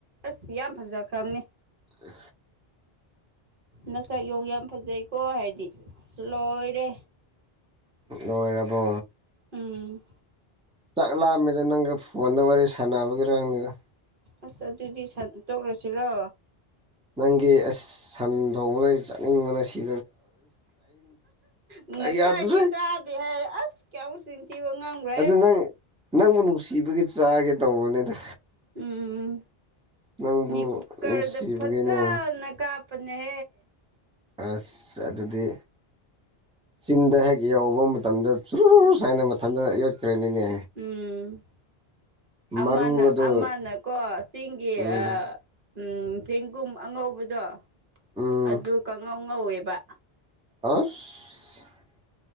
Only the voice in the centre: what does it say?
ꯑ
ꯅꯣꯏ ꯑꯕꯣ
ꯆꯥꯛ ꯂꯥꯛꯑꯝꯃꯤꯗ ꯅꯪꯒ ꯐꯣꯟꯗ ꯋꯥꯔꯤ ꯁꯥꯟꯅꯕꯒꯤꯔꯥꯡꯪꯅꯤꯒ
ꯅꯪꯒꯤ ꯑꯁ ꯁꯟ ꯊꯣꯡꯕꯗ ꯆꯠꯅꯤꯡꯕꯅ ꯁꯤ
ꯌꯥꯗ꯭ꯔꯦ
ꯑꯗꯨ ꯅꯪ ꯅꯪꯕꯨ ꯅꯨꯡꯁꯤꯕꯒꯤ ꯆꯥꯒꯦ ꯇꯧꯕꯅꯤꯗ
ꯅꯪꯕꯨ
ꯅꯨꯡꯁꯤꯕꯒꯤꯅꯦ
ꯑꯁ ꯑꯗꯨꯗꯤ ꯆꯤꯟꯗ ꯍꯦꯛ ꯌꯧꯕ ꯃꯇꯝꯗ ꯁꯨꯔꯨꯔꯨ ꯁꯨꯥꯏꯅ ꯃꯊꯟꯇ ꯌꯣꯠꯈ꯭ꯔꯅꯤꯅꯦ
ꯃꯔꯨꯒꯗꯣ
ꯎꯝ
ꯎꯝ
ꯑꯁ